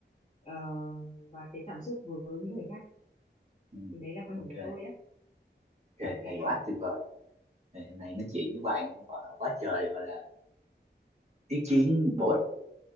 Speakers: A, on the left; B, on the right.
A: ờ, và cái cảm xúc với những người khác
B: ừ,
A: thì đấy là quan
B: ok
A: điểm của tôi á
B: ok
A: ok
B: hay quá
A: không
B: tuyệt vời Ngày hôm nay nói chuyện với bạn gọi là quá trời gọi là ý kiến bổ ích.